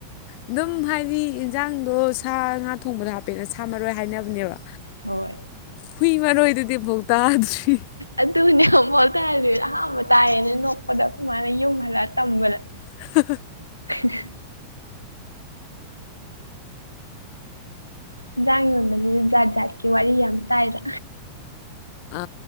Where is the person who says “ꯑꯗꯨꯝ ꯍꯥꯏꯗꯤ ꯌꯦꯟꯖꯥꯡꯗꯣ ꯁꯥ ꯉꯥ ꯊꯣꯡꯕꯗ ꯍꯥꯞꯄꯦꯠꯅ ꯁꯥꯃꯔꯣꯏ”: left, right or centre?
Left